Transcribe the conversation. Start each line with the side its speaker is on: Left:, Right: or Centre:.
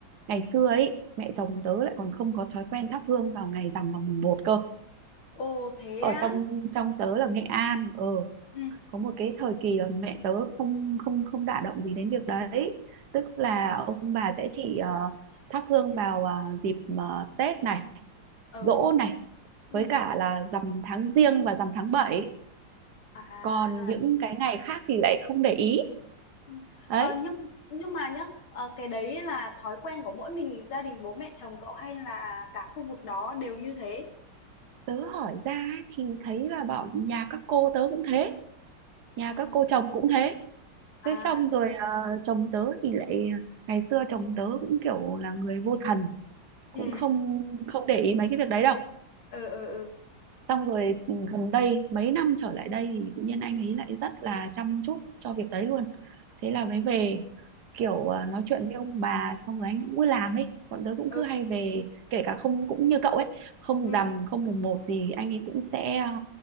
Right: ngày xưa ấy mẹ chồng tớ lại còn không có thói quen thắp hương vào ngày rằm vào mùng một cơ
Left: Ồ thế
Right: ở
Left: á.
Right: trong trong tớ là Nghệ An ờ
Left: ừ
Right: có một cái thời kỳ là mẹ tớ không không không đả động gì đến việc đấy tức là
Left: Ờ,
Right: ông bà sẽ chỉ ờ, thắp hương vào ờ, dịp ờ, Tết này
Left: ừ
Right: giỗ này
Left: ừ
Right: với cả là rằm tháng giêng và rằm tháng bảy
Left: à
Right: còn những cái ngày khác thì lại không để ý
Left: ừ.
Right: đấy
Left: Ờ, nhưng nhưng mà nhá ờ, cái đấy là thói quen của mỗi mình gia đình bố mẹ chồng cậu hay là cả khu vực đó đều như thế?
Right: tớ hỏi ra ấy, thì thấy là bọn nhà các cô tớ cũng thế nhà
Left: À
Right: các cô chồng cũng thế
Left: à
Right: thế xong rồi
Left: thế.
Right: ờ, chồng tớ thì lại ngày xưa chồng tớ cũng kiểu là người vô thần
Left: Ừ.
Right: cũng không không để ý mấy cái việc đấy đâu
Left: ừ ừ
Right: xong rồi ừ, gần đây mấy năm trở lại đây thì tự nhiên anh
Left: ừ
Right: ấy lại rất là chăm chút cho việc đấy luôn thế
Left: ừ
Right: là mới về kiểu
Left: ừ ừ
Right: à, nói chuyện với ông bà xong rồi anh cũng cứ làm ấy bọn tớ cũng
Left: ừ
Right: cứ hay về kể cả không cũng như cậu ấy không
Left: ừ
Right: rằm không mùng một gì anh ấy cũng sẽ à,